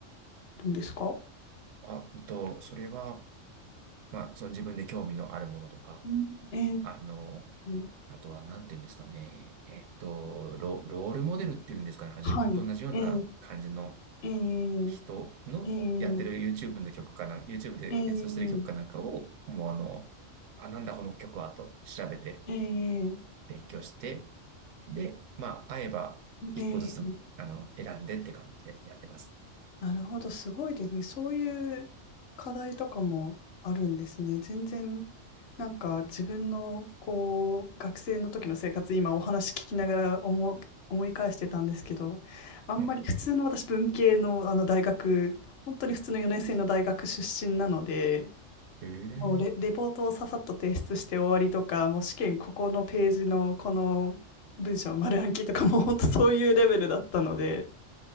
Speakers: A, on the left (about 55°); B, on the right (about 80°).
A: るんですか
B: あ、えっと、それは、まあ、その自分で興味のあるものとか、
A: うん
B: あの、
A: ええ
B: あとは、なんていうんですかね、えっと、ロ、ロールモデルっていうんですかね、なんか自分と同じような感じの
A: はい。えええええ
B: 人のやってる
A: え
B: YouTube の曲かな、YouTube で演奏してる曲かなんかを、
A: えええええ
B: もうあの、あ、なんだこの曲はと調べて
A: えええ
B: 勉強して、で、まあ、会えば一個ずつ、
A: えええ
B: あの、選んでって感じでやってます。
A: なるほど、すごいですね。そういう課題とかもあるんですね。全然、なんか自分のこう学生の時の生活、今お話聞きながら思う、思い返してたんですけど、あんまり普通の私、
B: はい。
A: 文系の、あの大学、本当に普通の4年生の大学出身なので、
B: へえ。
A: もうレ、レポートをささっと提出して終わりとか、もう試験ここのページのこの文章丸暗記とかもう本当そういうレベルだったので、